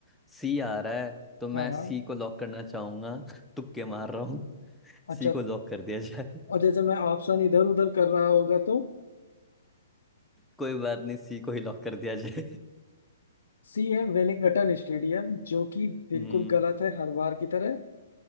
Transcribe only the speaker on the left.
हाँ हाँ
अच्छा
और जैसे मैं ऑप्शन इधर उधर कर रहा होगा तो
सी है वेलिंगटन स्टेडियम जो कि बिल्कुल
गलत है हर बार की तरह